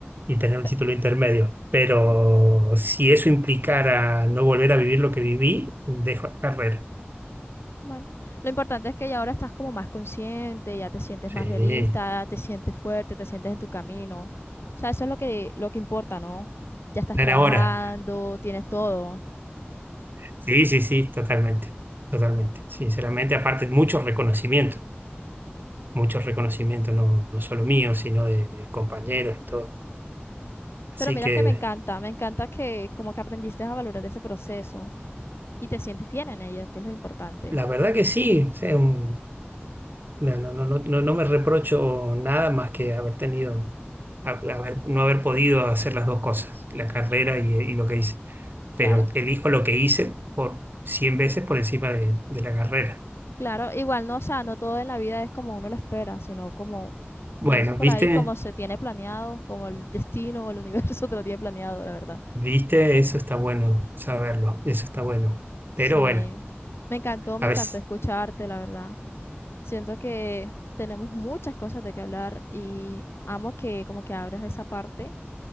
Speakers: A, on the right (about 50°); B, on the left (about 70°).
A: y tener un
B: Pe-
A: título intermedio. Pero si eso implicara no volver a vivir lo que viví, dejo la carrera.
B: Bueno, lo importante es que ya ahora estás como más consciente, ya te sientes
A: Sí,
B: más realista, te sientes fuerte, te sientes en tu camino. O sea, eso es lo que, lo que importa, ¿no? Ya estás
A: dar
B: trabajando,
A: ahora.
B: tienes todo.
A: Sí, sí, sí, totalmente, totalmente. Sinceramente, aparte, muchos reconocimientos, muchos reconocimientos, no, no solo míos, sino de, de compañeros y todo. Así
B: Pero mira
A: que,
B: que me encanta, me encanta que como que aprendiste a valorar ese proceso y te sientes bien en ello, que es lo importante.
A: la verdad que sí, o sea, un- no, no, no, no, no me reprocho nada más que haber tenido, ha- haber, no haber podido hacer las dos cosas, la carrera y, y lo que hice.
B: Claro.
A: Pero elijo lo que hice por 100 veces por encima de, de la carrera.
B: Claro, igual no, o sea, no todo en la vida es como uno lo espera, sino como,
A: Bueno,
B: como dicen por
A: ¿viste?
B: ahí, como se tiene planeado, como el destino o el universo <laughs> te lo tiene planeado, la verdad.
A: ¿Viste? Eso está bueno saberlo, eso está bueno.
B: Sí,
A: Pero bueno,
B: me encantó, me
A: a
B: encantó
A: veces,
B: escucharte, la verdad. Siento que tenemos muchas cosas de qué hablar y amo que como que abres esa parte